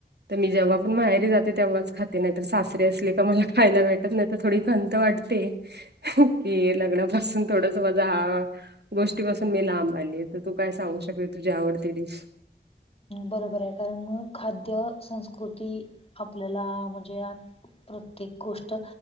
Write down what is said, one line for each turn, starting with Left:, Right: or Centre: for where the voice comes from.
Right: तर मी जेव्हा पण माहेरी जाते तेव्हाच खाते नाही तर सासरी असले का मला खायला भेटत नाही तर थोडी खंत वाटते. ते कि लग्नापासून थोडच माझ हा. गोष्टीपासून मी लांब आली तर तू काय सांगू शकते तुझी आवडती डिश.
Left: बरोबर आहे कारण खाद्य संस्कृती आपल्याला म्हणजे प्रत्येक गोष्ट